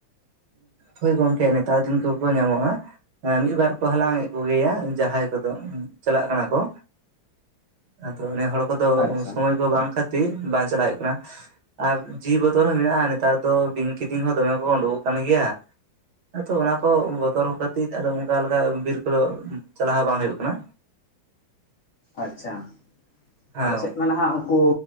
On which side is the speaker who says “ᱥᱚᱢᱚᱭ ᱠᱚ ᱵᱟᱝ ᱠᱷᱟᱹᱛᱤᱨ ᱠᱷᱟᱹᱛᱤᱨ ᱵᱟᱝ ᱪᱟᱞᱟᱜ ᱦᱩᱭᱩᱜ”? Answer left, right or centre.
Right